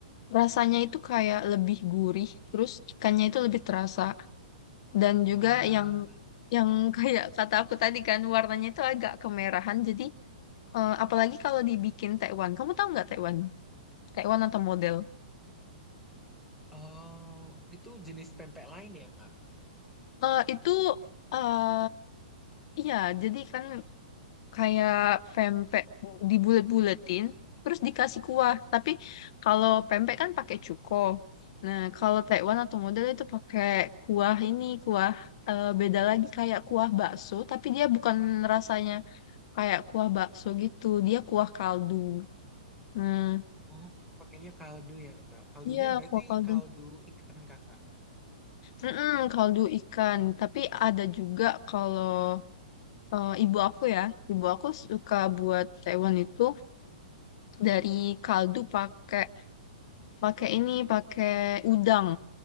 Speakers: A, on the left; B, in the centre.
A: rasanya itu kayak lebih gurih, terus ikannya itu lebih terasa. Dan
B: Wah,
A: juga yang yang <laughs> kayak kata aku tadi kan warnanya itu agak kemerahan. Jadi eh, apalagi kalau dibikin tekwan. Kamu tahu nggak tekwan? Tekwan atau model?
B: oh itu jenis pempek lain ya kak?
A: Eh, itu eh iya jadi kan kayak pempek dibulet-buletin terus dikasih kuah tapi kalau pempek kan pakai cuko nah kalau
B: Mm-mm.
A: Taiwan atau model itu pakai kuah ini kuah eh, beda lagi kayak kuah bakso tapi dia bukan rasanya kayak kuah bakso gitu dia kuah kaldu hmm
B: Ah, pakainya kaldu ya, Kak. Kaldunya
A: iya
B: berarti
A: kuah kaldu
B: kaldu ikan, Kakak.
A: Mm-mm, kaldu ikan tapi ada juga kalau eh, ibu aku ya, ibu aku suka buat taiwan itu dari kaldu pakai pakai ini, pakai udang.